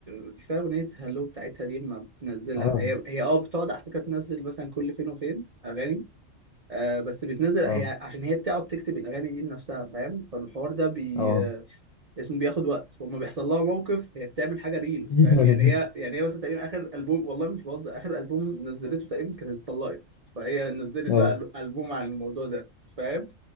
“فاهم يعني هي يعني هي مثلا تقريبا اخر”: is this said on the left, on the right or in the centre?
Right